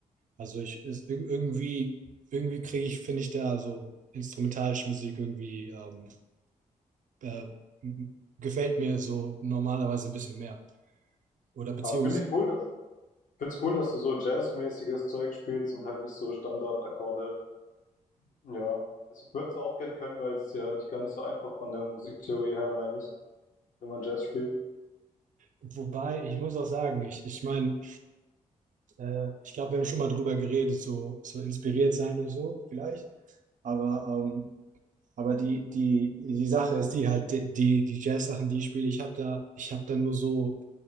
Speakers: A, on the right; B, on the left.
A: Also ich ist, ir- irgendwie, irgendwie kriege ich, finde ich da so instrumentalische Musik irgendwie ähm, äh, m- gefällt mir so normalerweise ein bisschen mehr. Oder beziehungsweise,
B: Aber finde ich cool, dass, find's cool, dass du so jazzmäßiges Zeug spielst und halt nicht so Standardakkorde. Ja, ich würde es auch gern können, weil es ist ja nicht gar nicht so einfach von der Musiktheorie her, meine ich, wenn man Jazz spielt.
A: wobei, ich muss auch sagen, ich, ich meine, äh, ich glaube, wir haben schon mal drüber geredet, so, so inspiriert sein und so, vielleicht. Aber, ähm, aber die, die, die Sache ist die halt, die, die die Jazz-Sachen, die ich spiele, ich habe da, ich habe da nur so